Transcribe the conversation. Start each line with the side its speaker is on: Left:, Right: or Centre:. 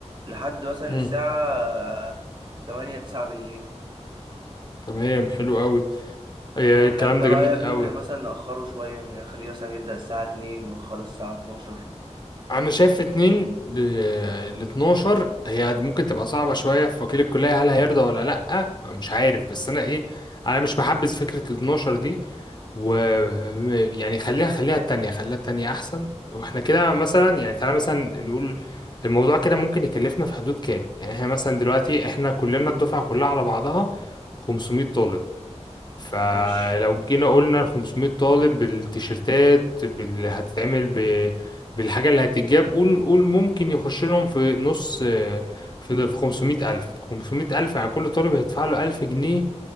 Right: لحد مثلا
Left: مم.
Right: الساعة آه، تمانية تسعة بالليل
Left: تمام حلو قوي آه،
Right: ولا
Left: الكلام
Right: انت
Left: ده
Right: رأيك
Left: جامد قوي
Right: ممكن مثلا نأخره شوية يعني خليه مثلا يبدأ الساعة اتنين ونخلص الساعة اتناشر
Left: انا شايف اتنين ل 12 هي ممكن تبقى صعبة شوية في وكيل الكلية هل هيرضى ولا لأ مش عارف بس انا ايه انا مش محبذ فكرة ال 12 دي و يعني خليها خليها التانية خليها التانية احسن واحنا كده مثلا يعني تعالى مثلا نقول الموضوع كده ممكن يكلفنا في حدود كام يعني احنا مثلا دلوقتي احنا كلنا الدفعة كلها على بعضها 500 طالب فلو
Right: ماشي
Left: جينا قلنا ال 500 طالب بالتيشيرتات بال... هتتعمل ب... بالحاجة اللي هتتجاب قول قول ممكن يخش لهم في نص في في 500 ألف 500 ألف يعني كل طالب هيدفع له 1000 جنيه